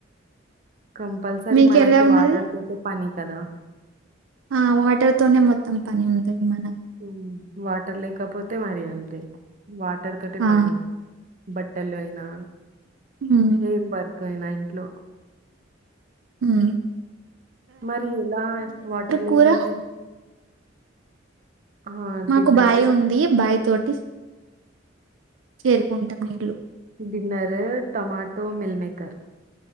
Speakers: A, on the right; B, on the right.
A: కంపల్సరీ
B: మీకు
A: మనకి
B: ఎలా ఉన్నది
A: వాటర్ తోటి పని కదా.
B: ఆ వాటర్ తోనే మొత్తం పని ఉంది. మన
A: హ్మ్ వాటర్ లేకపోతే మరి అంతే వాటర్ తోటే
B: ఆ
A: పని బట్టలు అయినా
B: ఉమ్
A: ఏం వర్క్ అయినా ఇంట్లో
B: హ్మ్
A: మరి ఎలా వాటర్ లేకుంటే.
B: కూర
A: ఆ!
B: మాకు
A: డిన్నర్
B: బాయి ఉంది బాయి తోటి చేరుకుంటాం నీళ్లు
A: ఉ డిన్నరు టొమాటో, మిల్మేకర్